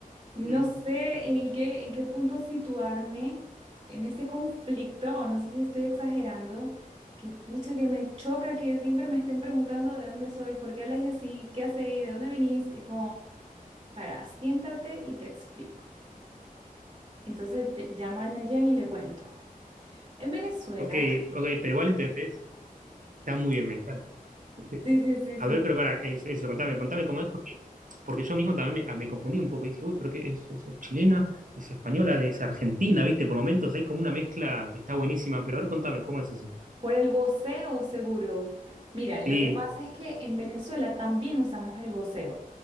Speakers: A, on the right (about 30°); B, on the right (about 65°).
A: no
B: Mm,
A: sé en qué, en qué punto situarme en ese conflicto, o no sé si estoy exagerando, que pucha que me choca que siempre me estén preguntando de dónde sois, por qué habláis así, qué hacéis, de dónde venís, es como, para, siéntate y te explico. Entonces te- llamo a Nayan y le cuento. En Venezuela,
B: ok, ok, pero igual entendés. Está muy bien, me encanta. Sí.
A: sí, sí, sí,
B: A
A: sí.
B: ver, pero para, eso, contame, contame cómo es, porque, porque yo mismo también me, me confundí un poco y dije, uy, pero que es, es- es chilena, es española, es argentina, ¿viste? Por momentos hay como una mezcla que está buenísima, pero a ver, contame, ¿cómo es eso?
A: Por el voceo, seguro. Mira, lo
B: Sí,
A: que pasa es que en Venezuela también usamos el voceo.